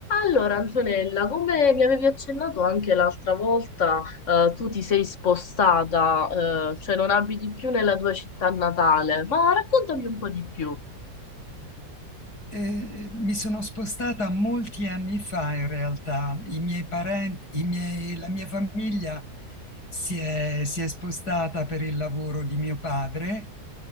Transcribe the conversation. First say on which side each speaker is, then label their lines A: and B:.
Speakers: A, on the left; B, on the left.
A: Allora, Antonella, come mi avevi accennato anche l'altra volta, eh, tu ti sei spostata, eh, cioè non abiti più nella tua città natale, ma raccontami un po' di più.
B: Eh, mi sono spostata molti anni fa in realtà. I miei parenti, i miei- la mia famiglia si è, si è spostata per il lavoro di mio padre